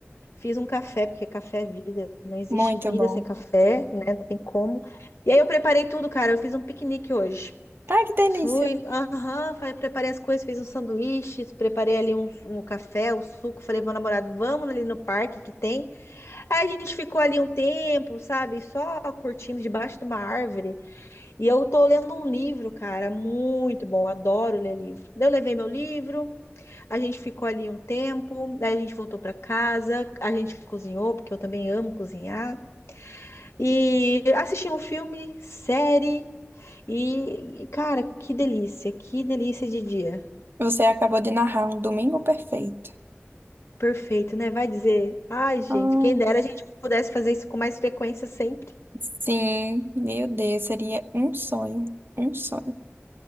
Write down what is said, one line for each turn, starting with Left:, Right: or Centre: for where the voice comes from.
Left: fiz um café, porque café é vida, não existe
Right: muito
Left: vida
Right: bom.
Left: sem café, né? Não tem como. E aí eu preparei tudo, cara. Eu fiz um piquenique hoje.
Right: Ai, que delícia.
Left: Fui, aham, falei, preparei as coisas, fiz uns sanduíches, preparei ali um, um café, um suco. Falei pro meu namorado, vamos ali no parque que tem. Aí a gente ficou ali um tempo, sabe? Só curtindo debaixo de uma árvore. E eu tô lendo um livro, cara, muito bom. Adoro ler livro. Daí Eu levei meu livro, a gente ficou ali um tempo, daí a gente voltou pra casa, a gente cozinhou, porque eu também amo cozinhar. E assisti um filme, série. E, e, cara, que delícia, que delícia de dia.
Right: Você acabou de narrar um domingo perfeito.
Left: Perfeito, né? Vai dizer. Ai, gente,
Right: Ah,
Left: quem dera a gente pudesse fazer isso com mais frequência sempre.
Right: sim, meu Deus, seria um sonho, um sonho.